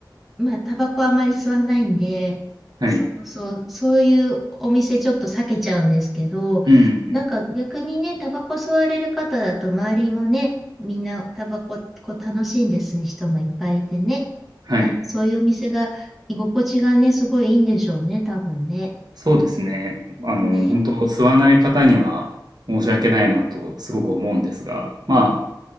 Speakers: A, in the centre; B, on the right.
A: まあ、タバコはあまり吸わないんで、
B: はい。
A: そうそう、そういうお店ちょっと避けちゃうんですけど、
B: うん。
A: なんか逆にね、タバコ吸われる方だと周りもね、みんなタバコこう楽しんでする人もいっぱいいてね、
B: はい。
A: なんかそういうお店が居心地がね、すごいいいんでしょうね、多分ね。
B: そうですね。あの、
A: ね。
B: 本当吸わない方には申し訳ないなとすごく思うんですが、ま